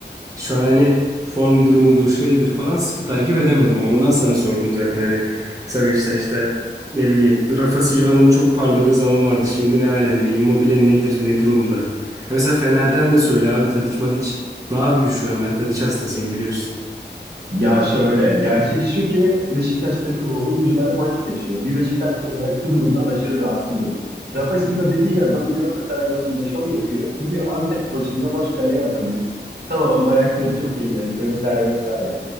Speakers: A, on the right (about 15°); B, on the right (about 65°).
A: Şu an hani form durumudur, şeydir falan sıkı takip edemedim. Ondan sana sordum zaten hani mesela Beşiktaş'ta ne bileyim Rafa Silva'nın çok parladığı zaman vardı. Şimdi ne alemde? Immobile nedir? Ne durumda? Ha mesela Fener'den de söyle abi Tadiç Madiç ne yapıyor şu an? Ben Tadiç hastasıyım biliyorsun.
B: Ya şöyle, gerçek şu ki Beşiktaş takımı oyuncuları maç seçiyor. Bir Beşiktaşlı olarak bu durumdan aşırı rahatsızım. Rafa Silva dediğin adam Galatasaray maçında şov yapıyor. Gidiyor Antep maçında boş kaleye atamıyor. Tamam ayakları çok yetenekli vesaire vesaire.